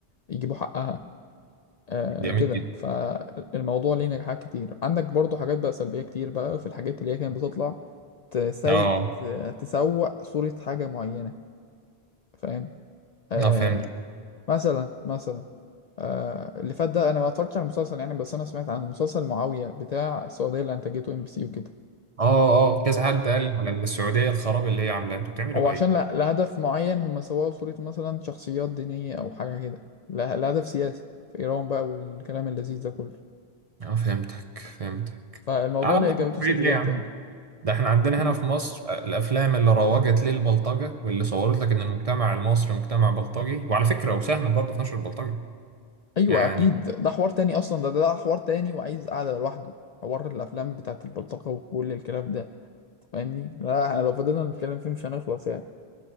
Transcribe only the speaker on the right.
جميل
جدا
اه
اه فهمت
اه اه كذا حد قال على السعودية الخراب اللي هي عاملاه انتوا بتعملوا
ايه؟
اه فهمتك فهمتك
على
بعيد
ليه يا عم؟
ده احنا عندنا
هنا في مصر الافلام اللي روجت للبلطجة واللي صورت لك ان المجتمع المصري مجتمع بلطجي وعلى فكرة وساهمت برضه في نشر البلطجة
يعني